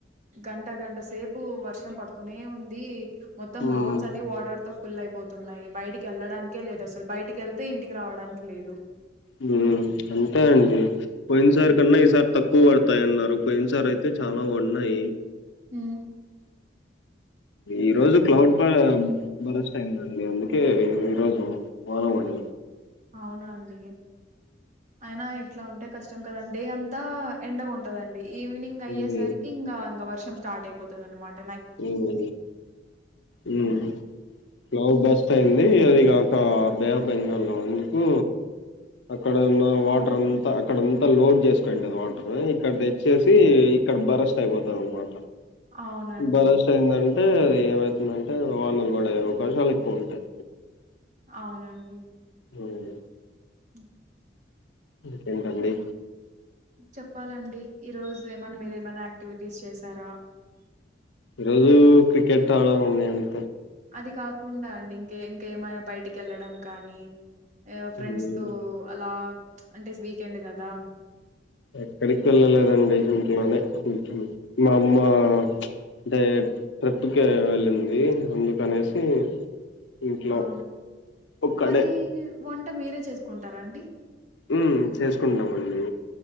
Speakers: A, on the right; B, on the left.
A: గంట గంట సేపు వర్ష పడుతూనే ఉంది మొత్తం
B: మ్మ్
A: రోడ్స్ అన్ని వాటర్ ఫుల్లయిపో న్నాయి బయటికి వెళ్ళడానికే లేదు అసల్ అ బయటికి వెళ్తే ఇంటికి రావడానికి లేదు
B: ఉమ్ అంతే అండి ఒయింద సార్
A: హ్మ్.
B: కన్నా ఈసార్ తక్కు ఎక్కువ పడతాయన్నారు పోయిన సారి అయితే చాలా పడినై
A: హ్మ్.
B: ఈరోజు క్లౌడ్ బ భరస్ అయిందండి అందుకే ఈరోోజు వానవడి
A: అవునా అండి అయినా ఇట్లా ఉంటే కష్టం కదండీ అంతా ఎండగ ఉంటదండి ఈవినింగ్ అయ్యేసరికి
B: ఉమ్
A: ఇంగ ఇంగ వర్షం స్టార్ట్ అయిపోతదన్నమాట
B: ఉమ్ ఉ ప్లవర్ బస్ట్ అయింది అది కాక బే ఆఫ్ బెంగాల్ లో అందుకు అక్కడున్న వాటర్ అంతా అక్కడంతా లోడ్ చేసుకుంటది వాటర్ ఇక్కడ తెచ్చేసి ఇక్కడ బరెస్ట్ అయిపోతది అనమాట
A: అవునండి
B: ఈ భరోసా ఎందన్ టే ఏమవుతుందంటే వానలు పడే అవకాశాలు ఎక్కువ ఉంటాయి
A: అవునండి
B: ఉమ్
A: హ
B: ఇంకేంటండి
A: చెప్పాలండి ఈ రోజు ఏమన్నా మీరు ఏమైనా యాక్టివిటీస్ చేసారా
B: ఈ రోజు క్రికెట్ ఆడామ్ అండి
A: అది కాకుండా అండి ఇంకేం ఏమైనా బయటికెళ్లడం కానీ ఫ్రెండ్స్
B: హ్మ్.
A: తో అలా అంటేస్ వీకెండ్ కదా
B: ఎక్కడికి వెళ్ళలేదండి ఇంట్లోనే ఉంటున్న మామ్మ అంటే ట్రిప్ ట్టుక వెళ్ళింది అందుకనేసి ఇంట్లో
A: అవునా
B: ఒక్కడే
A: మరి వంట మీరే చేసుకుంటారా అండి
B: ఉమ్ చేసుకుంటామండి